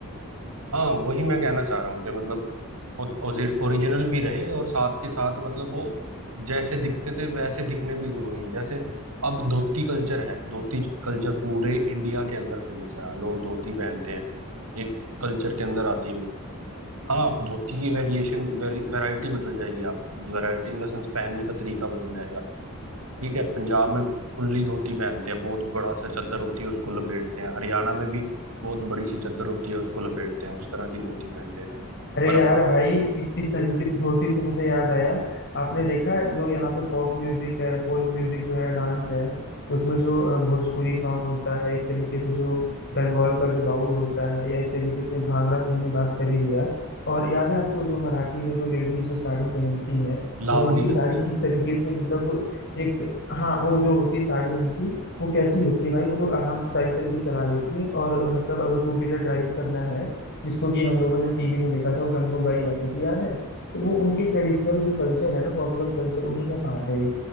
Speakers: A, on the right; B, on the left.
A: हाँ वही मैं कहना चाह रहा हूँ कि मतलब ओरिजिनल भी रहे और साथ के साथ मतलब वो जैसे दिखते थे वैसे दिखने भी जरूरी है जैसे अब धोती कल्चर है धोती कल्चर पूरे इंडिया के अंदर फेमस है लोग धोती पहनते हैं एक कल्चर के अंदर आती है हाँ धोती की वेरिएशन वैरायटी बदल जाएगी आप वैरायटी इन द सेंस पहनने का तरीका बदल जाएगा ठीक है पंजाब में फुल्ली धोती पहनते हैं बहुत बड़ा सा चद्दर होती है उसको लपेटते हैं हरियाणा में भी बहुत बड़ी सी चद्दर होती है उसको लपेटते हैं उस तरह की धोती पहनते हैं
B: अरे
A: पर अब
B: यार भाई इस इस तरीके से धोती से मुझे याद आया आपने देखा जो यहाँ पे फोक म्यूजिक है फोक म्यूजिक जो है डांस है उसमें जो अ, भोजपुरी सॉन्ग होता है एक तरीके से जो बंगाल का जो बाउल होता है या एक तरीके से भांगड़ा तो हमने बात कर ही लिया और याद है आपको जो मराठी में जो लेडीज जो साड़ी पहनती हैं
A: लाव
B: वो उनकी
A: नहीं करते
B: साड़ी
A: हैं जो
B: किस तरीके से मतलब एक हाँ वो जो होती है साड़ी उनकी वो कैसी होती है भाई वो लोग आराम से साइकिल भी चला लेती हैं और अ, मतलब अगर टू व्हीलर ड्राइव करना है जिसको कि हम लोगों ने टीवी में देखा था वो गंगू बाई आती थी याद है तो वो उनके ट्रेडिशनल जो कल्चर है ना पॉपुलर कल्चर उन्हीं का पार्ट है ये।